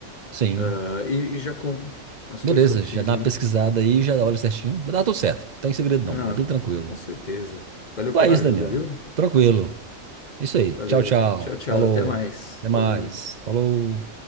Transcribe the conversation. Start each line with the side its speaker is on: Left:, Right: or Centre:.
Right: Sim.
Left: ah, e, e já compro as
Right: Beleza,
Left: coisas que eu preciso
Right: já dá uma
Left: aí.
Right: pesquisada aí, já olha certinho. Vai dar tudo certo. Não tem segredo não,
Left: Ah,
Right: é bem tranquilo.
Left: com certeza. Valeu
Right: Então
Left: pela
Right: é isso,
Left: ajuda,
Right: Daniel.
Left: viu?
Right: Tranquilo. É isso aí.
Left: Valeu.
Right: Tchau, tchau.
Left: Tchau, tchau.
Right: Falou.
Left: Até mais.
Right: Até mais.
Left: Falou.
Right: Falou.